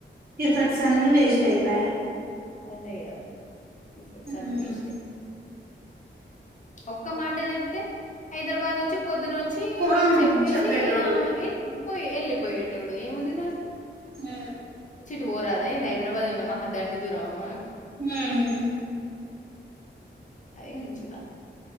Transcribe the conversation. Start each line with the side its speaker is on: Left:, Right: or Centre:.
Right: ఎఫర్ట్స్ అన్నీ వేస్ట్ అయిపాయ్
Left: అదే కదా ఎఫర్ట్స్ అన్నీ
Right: హ్మ్
Left: వేస్టే ఒక్క మాట చెప్తే హైదరాబాద్ వచ్చి పొద్దున వ చ్చీ
Right: పో
Left: మీకు చెప్పేసి
Right: చెప్పేటోళ్ళు
Left: <unintelligible> పోయి వెళ్ళిపోయేటోడు ఏముంది దాంట్లో
Right: హా
Left: టుపోరాదే హైదరాబాద్ ఏమన్నా మహాదండి దూరమా మనకు
Right: హవున్
Left: అది ముచ్చట